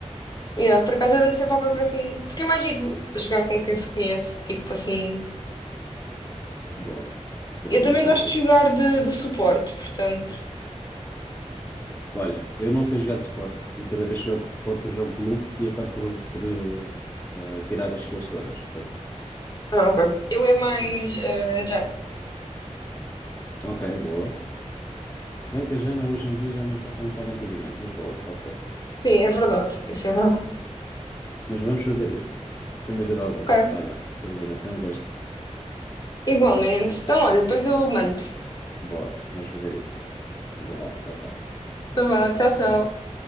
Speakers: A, on the left; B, on the left.
A: ah, por acaso eu ando sempre à procura assim. Porque é mais giro jogar com quem se conhece. Tipo assim.
B: Boa, boa,
A: Eu
B: vamos
A: também
B: fazer
A: gosto
B: isso.
A: de jogar de, de suporte, portanto.
B: Olha, eu não sei jogar de suporte e cada vez que jogo de suporte eu jogo de Lux e acabo por, por, eh, eh, tirar as skills todas. Portanto,
A: Ah, ok. Eu é mais uh,
B: ok, boa. Se bem que a Jana hoje em dia já não está como estava antigamente, mas boa, pode ser.
A: Sim, é verdade. Isso é verdade.
B: Mas vamos fazer isso, sem dúvida alguma.
A: Ok.
B: Olha, Carolina, foi um gosto.
A: Igualmente. Então, olha, depois eu mando.
B: Boa, vamos fazer isso. Então vá, tchau, tchau.
A: Então vá, tchau, tchau.